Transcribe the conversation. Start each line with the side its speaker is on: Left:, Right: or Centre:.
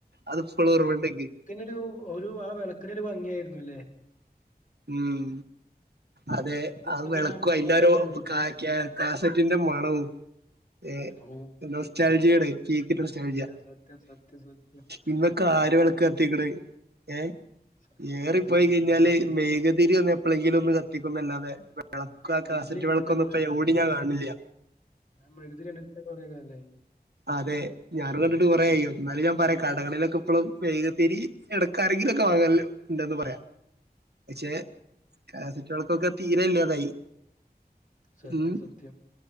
Right: അത്പ്പളും ഓർമ്മണ്ട് ഇൻക്
Left: ഒരു ഒരു ആ വിളക്കിനൊരു ഭംഗിയായിരുന്നുല്ലേ
Right: ഉം അതെ
Left: ഇത്
Right: ആ
Left: പറഞ്ഞ
Right: വിളക്കും
Left: പണ്ടത്തെ
Right: അതിന്റെ ഒരു
Left: കാലേ
Right: <unintelligible>
Left: ആ,
Right: താസെറ്റിന്റെ മണവും ഏഹ്
Left: ഓ
Right: നൊസ്റ്റാൽജിയാണ് കേക്ക് നൊസ്റ്റാൾജിയ
Left: സത്യം സത്യം സത്യം സത്യം
Right: ഇന്നൊക്കെ ആര് വിളക്കത്തിക്ക്ണ് ഏഹ്
Left: സ- ഈ
Right: ഏറി
Left: കാലത്തൊക്കെ
Right: പോയി
Left: ആവട്ടെ
Right: കഴിഞ്ഞാല് മെഴുകുതിരി ഒന്ന് എപ്പളെങ്കിലും ഒന്ന് കത്തിക്കുന്നല്ലാതെ വിളക്കും
Left: ഞാൻ
Right: ആ
Left: മൃഗത്തിരി
Right: കാസറ്റ്
Left: കണ്ടിട്ട്
Right: വിളക്കൊന്നും
Left: തന്നെ കുറെ
Right: ഇപ്പം
Left: കാലമായി
Right: എവ്ടി ഞാൻ കാണ് ണില്ല
Left: ഞാൻ മെഴുകുതിരി കണ്ടിട്ട് കുറെ കാലായി
Right: അതെ ഞാനും കണ്ടിട്ട് കുറെയായ് എന്നാലും ഞാൻ പറയാ കടകളിലൊക്കെ ഇപ്പഴും മെഴുകുതിരി ഇടക്കാരങ്കിലൊക്കെ വാങ്ങല് ഉണ്ടന്ന് പറയാം
Left: ഉം
Right: പക്ഷെ കാസറ്റ് വെൾക്കൊക്കെ തീരെ ഇല്ലാതായി
Left: സത്യം
Right: ഉം
Left: സത്യം